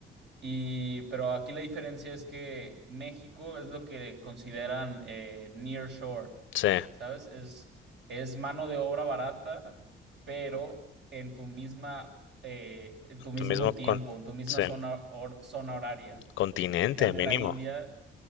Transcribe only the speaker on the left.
sí,
Tú mismo con,
sí.
Continente
mínimo.